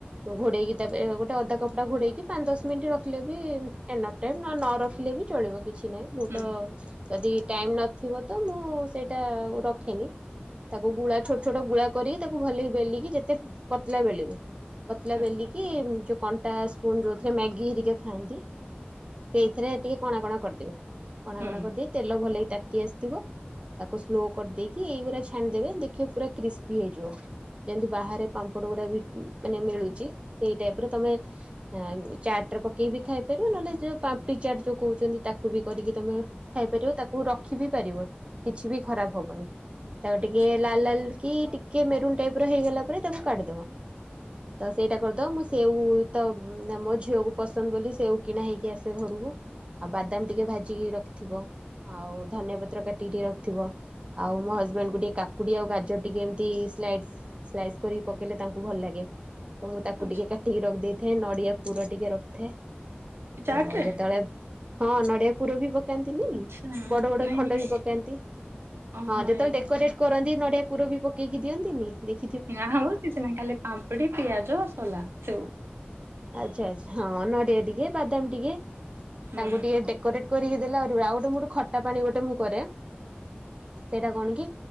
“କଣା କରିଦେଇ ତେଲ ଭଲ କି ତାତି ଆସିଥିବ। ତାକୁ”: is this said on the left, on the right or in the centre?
Right